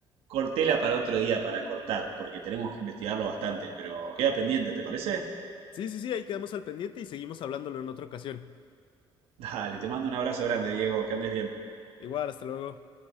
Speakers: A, on the right; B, on the left.
A: cortela para otro día para cortar, porque tenemos que investigarlo bastante, pero queda pendiente, ¿te parece?
B: Sí, sí, sí, ahí quedamos al pendiente y seguimos hablándolo en otra ocasión.
A: <laughs> Dale, te mando un abrazo grande, Diego, que andes bien.
B: Igual, hasta luego.